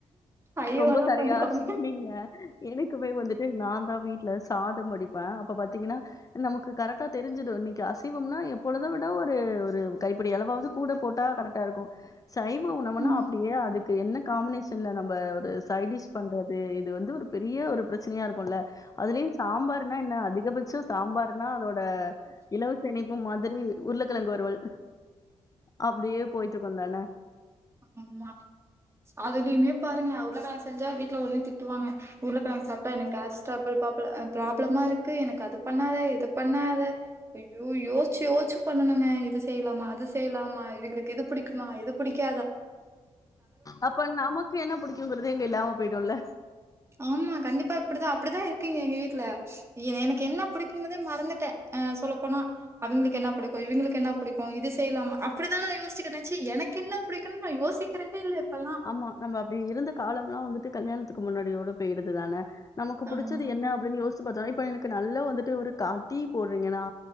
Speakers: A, on the right; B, on the left.
A: சைவனா
B: ரொம்ப சரியா
A: கொஞ்சோ கம்மி
B: சொன்னீங்க எனக்குமே வந்துட்டு நாந்தா வீட்ல சாதம் வடிப்ப அப் இப்ப பாத்தீங்கன்னா நமக்கு கரெட்டா தெரிஞ்சுரு இன்னிக்கி அஸ் சிவம்னா எப்பொழுது விட ஒரு இது கைப்புடி அளவாவது கூட போட்டா கரெட்டா இருக்கு சைவ உணவுனா
A: ம்
B: அப்டியே அதுக்கு என்ன காம்பினேஷன்ல நம் நம்ப ஒருஸ் சைடிஷ் பண்றது இது வந்து ஒரு பெரிய ஒரு பிரச்சனையா இருக் குல்ல அதுலயு சாம்பார்னா என்ன அதிகபட்சோ சாம்பார்னா அதோட இலவச இணைப் ப்பு மாதிரி உருளக்கெழங்கு வருவல் அப்டியே போயிட்டு இருக்குந்தான
A: ஆமா அதுலயுமே பாருங்க உருளக்கெழங்கு செஞ்சா வீட்ல ஒடனே திட்டுவாங்க உருளக்கெழங்கு சாப்ட எனக்கு கேஸ் ஸ்ரபுள் பாப்புலர் பிராபுளமா இரு கு எனக்கு அது பண்ணாத இத பண்ணாத ஐயோ யோச்சு யோச்சு பண்ணனுங்க இது செய்யலாமா அது செய்யலாமா இவிங்களுக்கு இது புடிக்குமா இது புடிக்கா
B: அப்ப நமக்கு என்ன புடிக்குங்கிறது இங்க இல்லாம் விடும்ல
A: ஆமா கண்டிப்பா இப்படிதான் அப்படிதான் இருக்குங்க எங்க வீட்டுல எனக்கு என்ன பிடிக்குங்கிறதே மறந்துட்டேன்ஹ சொல்லப்போனா அவங்களுக்கு என்ன பிடிக்கும் இவங்களுக்கு என்ன பிடிக்கும் இது செய்யலாம அப்படிதான் நான் யோசிக்கிறேனுச்சு எனக்கு என்ன பிடிக்கும்னு நான் யோசிக்கிறதே இல்ல இப்பல்லா
B: ஆமா நம்ம அப்படி இருந்த காலம் எல்லாம் வந்துட்டு கல்யாண முன்னாடி ஒன்று போயிடுது தானே நமக்கு புடிச்சது
A: ஆமா
B: என்ன அப்படின்னு யோசிச்சு பார்த்தாலே இப்ப எனக்கு நல்லா வந்துட்டு டீ போடுறீங்கன்னா